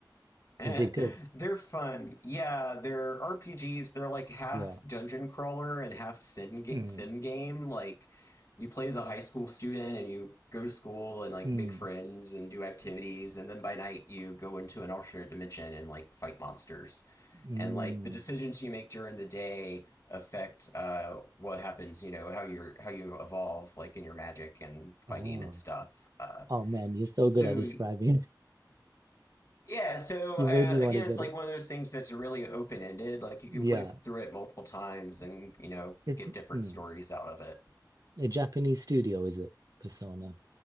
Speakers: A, on the left; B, on the right.
A: <laughs> They're
B: Is it good?
A: fun. Yeah, they're RPGs. They're like half
B: Yeah.
A: dungeon crawler and half sim, ga-
B: Mm,
A: sim game. Like, you play as a high school student and you go to school and like
B: mm,
A: make friends and do activities. And then by night, you go into an alternate dimension and like fight monsters.
B: mm.
A: And like the decisions you make during the day affect uh, what happens, you know, how you're how you evolve, like in your magic and fighting
B: Oh,
A: and stuff. Uh,
B: oh man, you're so
A: so
B: good at describing. <laughs>
A: yeah, so
B: You
A: uh,
B: made me want
A: again,
B: to get
A: it's like
B: it.
A: one of those things that's really open-ended. Like you can
B: Yeah,
A: play through it multiple times and, you know,
B: it's
A: get different
B: mm.
A: stories out of it.
B: A Japanese studio, is it? Persona.